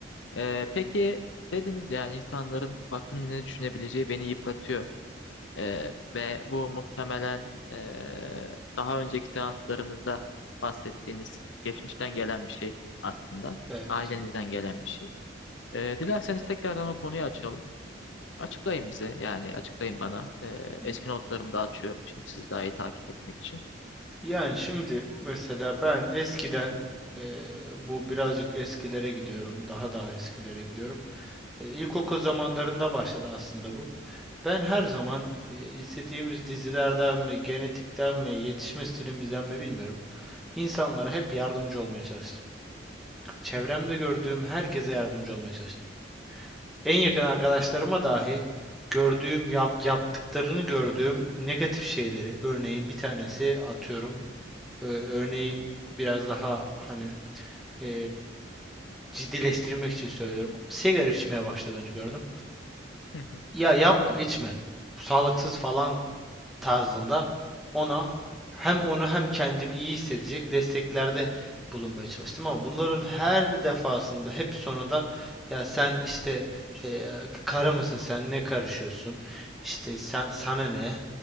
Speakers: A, on the left; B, in the centre.
A: Ee, peki dediniz yani insanların hakkında ne düşünebileceği beni yıpratıyor. Ee, ve bu muhtemelen ee, daha önceki seanslarınızda bahsettiğiniz geçmişten gelen bir şey aslında.
B: Evet.
A: Ailenizden gelen bir şey. Ee, dilerseniz tekrardan o konuyu açalım. Açıklayın bize yani açıklayın bana. Ee,
B: Y-
A: eski notlarımı da açıyorum şimdi siz daha iyi takip etmek için.
B: Yani şimdi mesela ben eskiden eee, bu birazcık eskilere gidiyorum. Daha daha eskilere gidiyorum. E, ilkokul zamanlarında başladı aslında bu. Ben her zaman e, izlediğimiz dizilerden mi, genetikten mi, yetişme stilimizden mi bilmiyorum. İnsanlara hep yardımcı olmaya çalıştım. Çevremde
A: Hı hı,
B: gördüğüm herkese yardımcı olmaya çalıştım. En yakın arkadaşlarıma dahi gördüğüm, yap- yaptıklarını gördüğüm negatif şeyleri, örneğin bir tanesi atıyorum, e, örneğin biraz daha hani e, ciddileştirmek için söylüyorum. Sigara içmeye başladığını gördüm.
A: hı hı.
B: Ya yapma, içme. Bu sağlıksız falan tarzında ona hem onu hem kendimi iyi hissedecek desteklerde bulunmaya çalıştım ama bunların her defasında hep sonunda ya sen işte e, kara mısın sen ne karışıyorsun işte sen sana ne